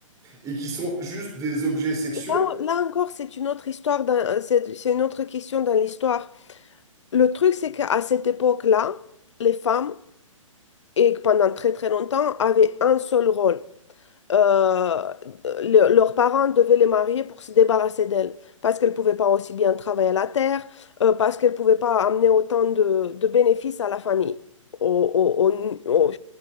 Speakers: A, on the right (about 20°); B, on the left (about 60°).
A: et qui sont juste des objets sexuels.
B: Là, là encore, c'est une autre histoire, dans- c'est c'est une autre question dans l'histoire. Le truc, c'est qu'à cette époque-là, les femmes, et pendant très très longtemps, avaient un seul rôle. Euh, le- leurs parents devaient les marier pour se débarrasser d'elles, parce qu'elles ne pouvaient pas aussi bien travailler à la terre, euh, parce qu'elles ne pouvaient pas amener autant de, de bénéfices à la famille, au- au- au- au-